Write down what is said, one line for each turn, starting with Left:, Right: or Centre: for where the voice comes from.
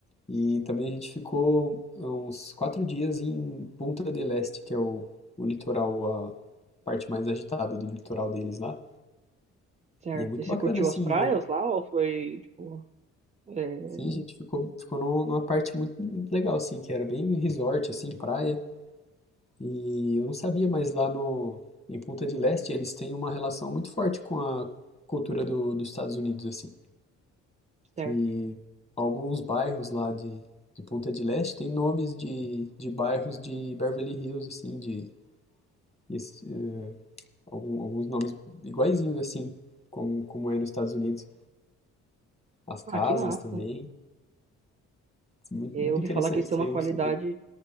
Left: E também a gente ficou uns quatro dias em Punta del Este, que é o, o litoral, a parte mais agitada do litoral deles lá.
Right: certo.
Left: E é muito
Right: E você
Left: bacana,
Right: curtiu
Left: assim,
Right: as praias lá ou foi, tipo, É,
Left: Sim, a gente ficou, ficou num- numa parte muito legal, assim, que era bem resort, assim, praia. E eu não sabia, mas lá no, em Punta del Este eles têm uma relação muito forte com a cultura do, dos Estados Unidos, assim.
Right: certo.
Left: Que alguns bairros lá de, de Punta del Este têm nomes de, de bairros de Beverly Hills, assim, de, esse- eh, algum- alguns nomes iguaizinhos, assim, como, como é nos Estados Unidos. As casas
Right: Ah, que massa.
Left: também. Muito,
Right: Eu
Left: muito
Right: ouvi
Left: interessante,
Right: falar que eles têm
Left: isso
Right: uma
Left: aí
Right: qualidade
Left: eu não sabia.